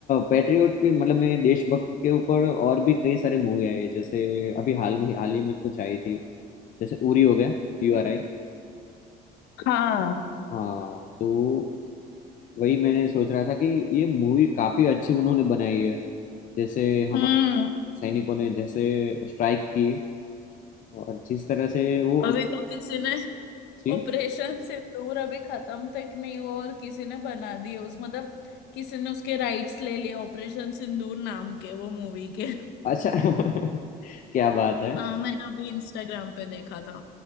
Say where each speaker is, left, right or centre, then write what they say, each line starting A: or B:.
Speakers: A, on the left; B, on the left.
A: पेट्रियोट के मतलब मैं देशभक्त के ऊपर और भी कई सारी मूवी आई है जैसे अभी हाल में हाल ही में कुछ आई थी जैसे उरी हो गया यू आर आई
B: हाँ
A: हाँ तो वही मैंने सोच रहा था कि ये मूवी काफी अच्छी उन्होंने बनाई है जैसे हमारे
B: हम्म
A: सैनिकों ने जैसे स्ट्राइक की और जिस तरह से वो
B: अभी
A: अंदर
B: तो किसी ने
A: थी
B: ऑपरेशन सिंदूर अभी खत्म तक नहीं हुआ और किसी ने बना दिए उस मतलब किसी ने उसके राइट्स ले लिए ऑपरेशन सिंदूर नाम के वो मूवी के
A: अच्छा <laughs> क्या बात है
B: हाँ मैंने अभी इंस्टाग्राम पे देखा था